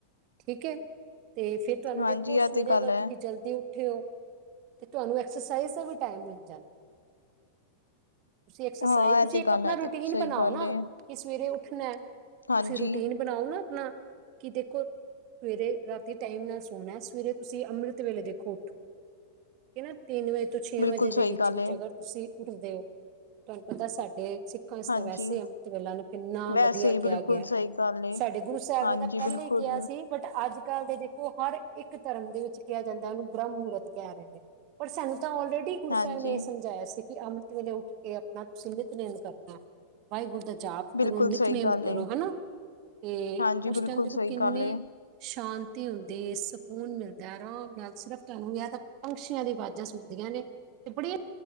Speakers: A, on the right; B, on the left.
A: ਠੀਕ ਹੈ ਤੇ ਫਿਰ ਤੁਹਾਨੂੰ
B: ਹਾਂਜੀ
A: ਦੇਖੋ
B: ਇਹ
A: ਸਵੇਰੇ
B: ਤੇ ਗੱਲ
A: ਅਗਰ
B: ਹੈ
A: ਤੁਸੀਂ ਜਲਦੀ ਉੱਠੇ ਹੋ। ਤੇ ਤੁਹਾਨੂੰ ਐਕਸਰਸਾਈਜ਼ ਦਾ ਵੀ ਟੈਮ ਮਿਲ ਜਾਂ ਤੁਸੀਂ ਐਕਸਰਸਾਈਜ਼
B: ਹਾਂ
A: ਤੁਸੀਂ
B: ਇਹ ਤੇ
A: ਇੱਕ
B: ਗੱਲ
A: ਆਪਣਾ
B: ਹੈ ਦੇਖੋ
A: ਰੂਟੀਨ
B: ਸਹੀ
A: ਬਣਾਓ
B: ਗੱਲ
A: ਨਾ
B: ਏ
A: ਕਿ ਸਵੇਰੇ ਉੱਠਣੈ ਤੁਸੀਂ
B: ਹਾਂਜੀ।
A: ਰੂਟੀਨ ਬਣਾਓ ਨਾ ਆਪਣਾ ਕਿ ਦੇਖੋ ਸਵੇਰੇ ਰਾਤੀ ਟਾਈਮ ਨਾਲ ਸੋਣੈ ਸਵੇਰੇ ਤੁਸੀਂ ਅੰਮ੍ਰਿਤ ਵੇਲੇ ਦੇਖੋ ਉੱਠੋ ਤਿੰਨ ਵਜੇ ਤੋਂ ਛੇ
B: ਬਿਲਕੁਲ
A: ਵਜੇ ਦੇ
B: ਸਹੀ
A: ਵਿੱਚ
B: ਗੱਲ
A: ਵਿੱਚ
B: ਏ
A: ਅਗਰ ਤੁਸੀਂ ਉੱਠਦੇ ਹੋ ਤੁਹਾਨੂੰ ਪਤਾ ਸਾਡੇ ਸਿੱਖਾਂ ਚ
B: ਹਾਂਜੀ
A: ਤਾਂ ਵੈਸੇ ਅੰਮ੍ਰਿਤ ਵੇਲਾ ਨੂੰ ਇੰਨਾ
B: ਵੈਸੇ
A: ਵਧੀਆ
B: ਹੀ
A: ਕਿਹਾ
B: ਬਿਲਕੁਲ
A: ਗਿਐ
B: ਸਹੀ ਗੱਲ ਏ।
A: ਸਾਡੇ ਗੁਰੂ ਸਾਹਿਬ
B: ਹਾਂਜੀ
A: ਨੇ ਤਾਂ ਪਹਿਲੇ
B: ਬਿਲਕੁਲ,
A: ਹੀ ਕਿਹਾ ਸੀ। ਬਟ ਅੱਜ-ਕੱਲ ਦੇਖੋ ਹਰ ਇੱਕ ਧਰਮ ਦੇ ਵਿੱਚ ਕਿਹਾ ਜਾਂਦੈ ਉਹਨੂੰ ਬ੍ਰਹਮ ਮਹੂਰਤ ਕਹਿ ਰਹੇ ਨੇ। ਪਰ ਸਾਨੂੰ ਤਾਂ ਆਲਰੇਡੀ ਗੁਰੂ
B: ਹਾਂਜੀ
A: ਸਾਹਿਬ ਨੇ ਇਹ ਸਮਝਾਇਆ, ਸੀ ਕਿ ਅੰਮ੍ਰਿ ਤ ਵੇਲੇ ਉੱਠ ਕੇ ਆਪਣਾ ਤੁਸੀ ਨਿੱਤਨੇਮ ਕਰਨਾ ਵਾਹਿਗੁਰੂ ਦਾ ਜਾਪ
B: ਬਿਲਕੁਲ
A: ਕਰੋ ਨਿਤਨੇਮ
B: ਸਹੀ ਗੱਲ
A: ਕਰੋ
B: ਏ
A: ਹਨਾ, ਤੇ
B: ਹਾਂਜੀ
A: ਉਸ
B: ਬਿਲਕੁਲ
A: ਟਾਈਮ ਦੇਖੋ
B: ਸਹੀ
A: ਕਿੰਨੇ
B: ਗੱਲ ਏ।
A: ਸ਼ਾਂਤੀ ਹੁੰਦੀ ਏ, ਸਕੂਨ ਮਿਲਦਾ ਆਰਾਮ ਨਾਲ ਸਿਰਫ ਤੁਹਾਨੂੰ ਜ਼ਿਆਦਾ ਪੰਛੀਆਂ ਦੀ ਆਵਾਜ਼ਾਂ ਸੁਣਦੀਆਂ ਨੇ, <inaudible>